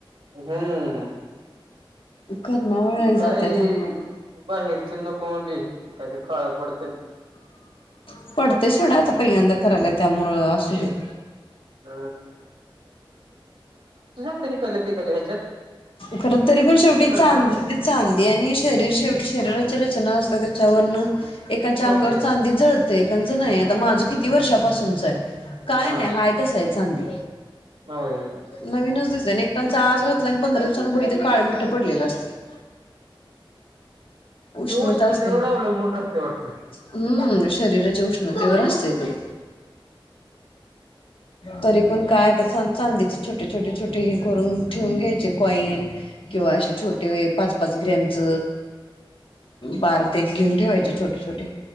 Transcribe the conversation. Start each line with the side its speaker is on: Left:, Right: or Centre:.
Right: हम्म. <inaudible>
Left: कर्णावळलाही जात्या
Right: काही
Left: त्यामुळं
Right: बाहेरच नको म्हणली कायत काळ पड
Left: <inaudible> पडते सोडा आता पहिल्यांदा. कराला <unintelligible> त्यामुळं असू दे. <inaudible>
Right: अ ह कले ते गले.
Left: खर तरी पण शेवटी चांदी
Right: राहतय
Left: चांदी आणि शरीर शेवटी शरीराची रचना अस. त्याच्यावर ऐकाच्या
Right: होतय
Left: अंगावर चांदी जळतेच एकेकांच नाही आता माझं किती. किती वर्षापासूनचय काय
Right: हा
Left: नाय हाय तस आय चांदी
Right: होय
Left: <inaudible> नवीनच दिस ना एककांचा आज. आणि पंधरा दिवसांप ते काळ मिठ पडलेलं असते. <inaudible> उष्णता
Right: ते उष्णतेवर
Left: असते <inaudible>
Right: अवलंबून राहतय वाटतं
Left: हम्म शरीराची उष्ण तवर असतय ते, <inaudible> तरी पण काय आता चांदीचे छोटे छोटे छोटे हे करून ठेवून घ्यायचे कॉइन किंवा अशे छोटे व <unintelligible> पाच पाच ग्रॅमच बार ते घेऊन ठेवायचे छोटे <unintelligible> छोटे.